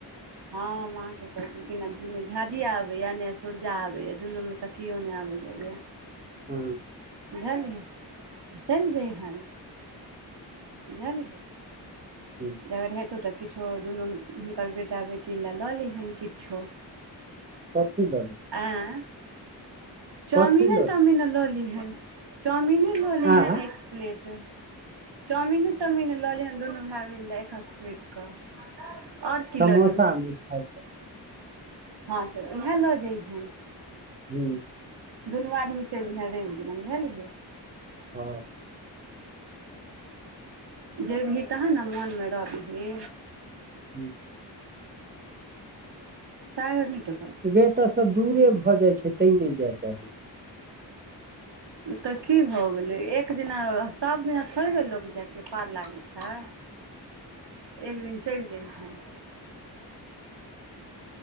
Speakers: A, on the right; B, on the right.
A: हा माँ के कहे छल खिन दुू झा झिया आबेए ने सूरज आबे दुनू मे किओ ने आबे जाइया
B: हूँ
A: बुझलहि त चेल जइहन बुझलहिन
B: हूँ
A: जे अगर हेतो त किछो दुनू हुनकर बेटा बेटी ल लए लिहन किछो
B: कथी लले
A: अए चाउमिने
B: कथी लऽ
A: तामीने लऽ लिहेन चाउमिने लऽ लेहेन
B: आँय
A: एक प्लेट चाउमिने ताउमीन लऽ लिहन दुनू भायइ बहिन लेल एखक प्लेट कऽ आओर की
B: समोसा
A: लऽ
B: मिठाइ
A: हाँ तऽ इएह लऽ जयहे
B: हूँ
A: दुनू आदमी चेल जयहे रेब दिना बुझलिही
B: हँ
A: जेबही तहन ने मोन में रहबिही
B: हुँ
A: सागर नय टोक
B: बेटा सँ दूरे भऽ जाइ छैय तै नय जाय चाहै छी
A: तऽ की भ गेलै एक दिना सभ दिना थोड़बे लोक जायके पार लागै छैय
B: <inaudible>
A: एक दिन चेल जयहिए